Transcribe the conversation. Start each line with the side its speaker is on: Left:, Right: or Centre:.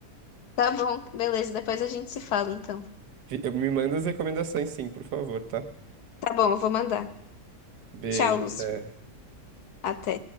Left: Tá bom, beleza. Depois a gente se fala, então.
Right: Fi- Eu me manda as recomendações, sim, por favor, tá?
Left: Tá bom, eu vou mandar.
Right: Beijo,
Left: Tchau, Lúcio.
Right: até.
Left: Até.